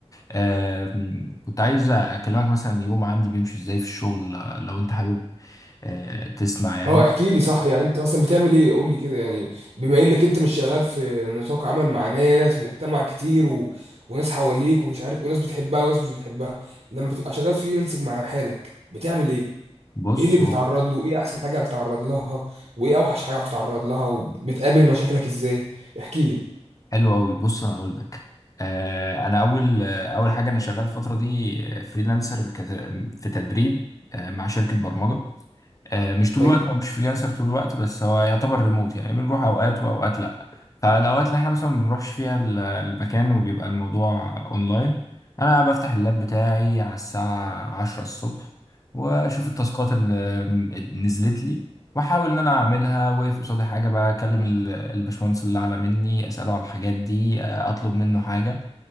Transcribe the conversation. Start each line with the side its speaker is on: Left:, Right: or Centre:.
Left: آم، كنت عايز اكلمك مثلا يوم عندي بيمشي ازاي في الشغل آه، لو انت حابب آه، تسمع يعني
Right: اه احكي لي صح يعني انت مثلا بتعمل ايه قول لي كده يعني بما انك انت مش شغال في نطاق عمل مع ناس ومجتمع كتير و... وناس حواليك ومش عارف وناس بتحبها وناس مش بتحبها لما بتبقى شغال فريلانسنج مع حالك بتعمل ايه
Left: بص
Right: ايه اللي بتتعرض
Left: هو
Right: له ايه احسن حاجه بتتعرض لها وايه اوحش حاجه بتتعرض لها وبتقابل مشاكلك ازاي احكي لي
Left: حلو قوي بص انا اقول لك آه، انا اول آه، اول حاجه انا شغال الفتره دي فريلانسر في تدريب آه، مع شركه برمجه آه، مش طول
Right: حلو
Left: الوقت هو مش فريلانسر طول الوقت بس هو يعتبر ريموت يعني بنروح اوقات واوقات لا فالاوقات اللي احنا مثلا ما بنروحش فيها ال- المكان وبيبقى الموضوع اونلاين انا بفتح اللاب بتاعي على الساعة عشرة الصبح واشوف التاسكات اللي اللي نزلت لي واحاول ان انا اعملها واقف قصادي حاجه بقى اكلم ال- الباشمهندس اللي اعلى مني اساله على الحاجات دي آه، اطلب منه حاجه